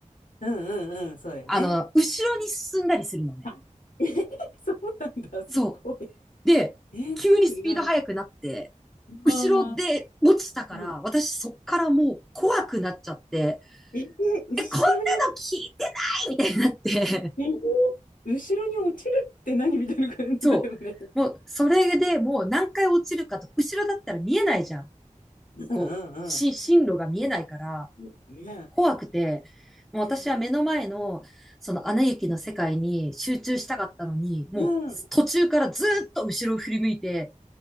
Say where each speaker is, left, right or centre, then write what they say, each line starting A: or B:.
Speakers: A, on the left; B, in the centre.
A: うんうんうん、そうだよね。
B: ん。あの、後ろに進んだりするのね。
A: <laughs> あ、え <laughs> そうなんだ、すごい。
B: そう。で、
A: え、
B: 急にスピード速くなって、
A: 意外。
B: 後ろで落ちたから、
A: ああ、うん。
B: 私そっからもう怖くなっちゃって、
A: え、後ろに、
B: え、こんなの聞いてないみたいになって
A: え後ろに落ちるって何みたいな感じだよね。
B: そう。もう、それでもう何回落ちるかと、後ろだったら見えないじゃん。
A: うんうん
B: こう、し、進路が見えないから、
A: うん。ね
B: 怖くて、もう私は目の前の、
A: え。わあ、
B: その、
A: うん。
B: アナ雪の世界に集中したかったのに、もう、
A: うん。
B: 途中からずーっと後ろを振り向いて、